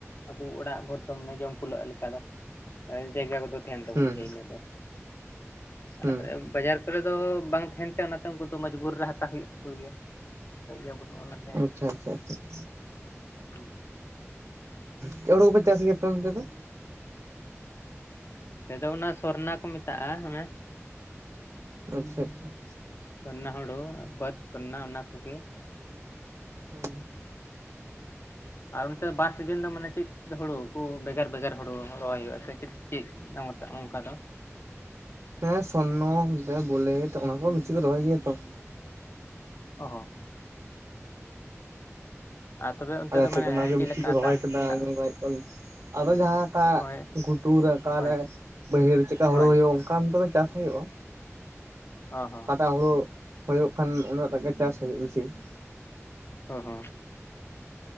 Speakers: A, on the left; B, on the right.
A: ᱟᱵᱚ ᱚᱲᱟᱜ ᱦᱚᱲ ᱫᱚ ᱢᱟᱱᱮ ᱡᱚᱢ ᱠᱩᱞᱟᱹᱜ ᱞᱮᱠᱟ ᱫᱚ ᱡᱟᱭᱜᱟ ᱠᱚᱫᱚ ᱛᱟᱦᱮᱱ ᱛᱟᱵᱚᱱ
B: ᱦᱩᱸ
A: ᱜᱮᱭᱟ ᱤᱱᱟᱹ ᱫᱚ ᱾
B: ᱦᱩᱸ
A: ᱟᱨ ᱵᱟᱡᱟᱨ ᱠᱚᱨᱮ ᱫᱚ ᱵᱟᱝ ᱛᱟᱦᱮᱱ ᱛᱮ ᱚᱱᱟᱛᱮ ᱩᱱᱠᱩ ᱫᱚ ᱢᱚᱡᱽᱵᱩᱨ ᱨᱮ ᱦᱟᱛᱟᱣ ᱦᱩᱭᱩᱜ ᱛᱟᱠᱩ ᱜᱮᱭᱟ ᱾ ᱤᱭᱟᱹ ᱵᱟᱱᱩᱜᱼᱟᱱᱟ ᱾
B: ᱟᱪᱪᱷᱟ ᱟᱪᱪᱷᱟ ᱟᱪᱪᱷᱟ ᱾
A: ᱦᱩᱸ ᱦᱩᱸ ᱾
B: ᱪᱮᱫ ᱦᱩᱲᱩ ᱠᱚ ᱯᱮ ᱪᱟᱥ ᱜᱮᱭᱟ ᱟᱯᱮ ᱚᱱᱛᱮ ᱫᱚ?
A: ᱱᱚᱛᱮ ᱫᱚ ᱚᱱᱟ ᱥᱚᱨᱱᱟ ᱠᱚ ᱢᱮᱛᱟᱜᱼᱟ ᱚᱱᱮᱼᱼ
B: ᱟᱪᱪᱷᱟ ᱟᱪᱪᱷᱟ ᱾
A: ᱥᱚᱨᱱᱟ ᱦᱩᱲᱩ ᱵᱟᱹᱫᱽ ᱥᱚᱨᱱᱟ ᱚᱱᱟ ᱠᱚᱜᱮ ᱾
B: ᱦᱩᱸ ᱾
A: ᱟᱨ ᱚᱱᱛᱮ ᱵᱟᱨ ᱥᱤᱡᱤᱱ ᱫᱚ ᱢᱟᱱᱮ ᱪᱮᱫ ᱼᱼ ᱦᱩᱲᱩ ᱠᱚ ᱵᱷᱮᱜᱟᱨ ᱵᱷᱮᱜᱟᱨ ᱦᱩᱲᱩ ᱨᱚᱦᱚᱭ ᱦᱩᱭᱩᱜᱼᱟ ᱥᱮ ᱪᱮᱫ ᱪᱮᱫ ᱚᱱᱠᱟ ᱫᱚ?
B: ᱦᱮᱸ ᱥᱚᱨᱱᱚ ᱵᱳᱞᱮᱴ ᱚᱱᱟ ᱠᱚ ᱵᱮᱥᱤ ᱠᱚ ᱨᱚᱦᱚᱭ ᱜᱮᱭᱟ ᱛᱚ ᱾
A: ᱚ ᱦᱚ ᱾ ᱟᱨ ᱛᱚᱵᱮ ᱚᱱᱛᱮ
B: ᱟᱞᱮ ᱥᱮᱫ
A: ᱢᱟᱱᱮ
B: ᱫᱚ ᱚᱱᱟ ᱜᱮ
A: ᱪᱮᱫ
B: ᱵᱮᱥᱤ
A: ᱞᱮᱠᱟ
B: ᱠᱚ ᱨᱚᱦᱚᱭ
A: ᱫᱟᱜ
B: ᱠᱮᱫᱟ
A: ᱫᱟᱜ
B: ᱧᱮᱞ ᱵᱟᱲᱟᱭᱮᱫ ᱠᱚᱣᱟ ᱞᱤᱧ ᱾ ᱟᱫᱚ ᱡᱟᱦᱟᱸ ᱞᱮᱠᱟ
A: ᱦᱳᱭ
B: ᱜᱷᱩᱴᱩ ᱨᱮ ᱚᱠᱟᱨᱮ
A: ᱦᱳᱭ
B: ᱵᱟᱹᱭᱦᱟᱲ ᱪᱮᱠᱟ ᱦᱩᱲᱩ
A: ᱦᱳᱭ
B: ᱦᱩᱭᱩᱜᱼᱼ ᱠᱟᱢ ᱛᱚᱵᱮ ᱪᱟᱥ ᱦᱩᱭᱩᱜᱼᱟᱼᱼ
A: ᱚ ᱦᱚ ᱾
B: ᱚᱠᱟ ᱦᱳᱲᱳ ᱦᱩᱭᱩᱜ ᱠᱷᱟᱱ ᱩᱱᱟᱹᱜ ᱴᱟᱜ ᱜᱮ ᱪᱟᱥ ᱦᱩᱭᱩᱜ ᱵᱮᱥᱤ ᱾
A: ᱚ ᱦᱚ ᱾